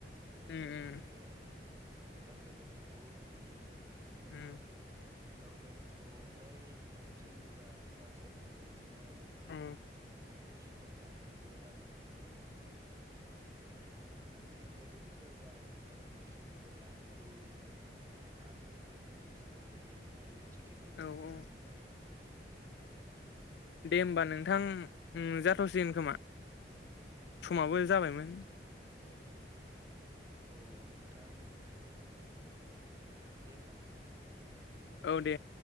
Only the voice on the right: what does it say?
ओमफ्राय
बिदिनो गावलायलायनांगौ बिदिनो माने
गावलायनांगौ ओमफ्राय थैयोबा बासायनांगौ बिदिनो
नायखिफोर लानांगौ आरो माने ओरैफोर बारायनोबा खिलफोर लानांगौ बिदिनो आरो नों देरहानो गोसो दंबा देरहानो हायो चिकेन दिडिनार
लानानै।
औ नोंथां। दे होमबा नोंथां।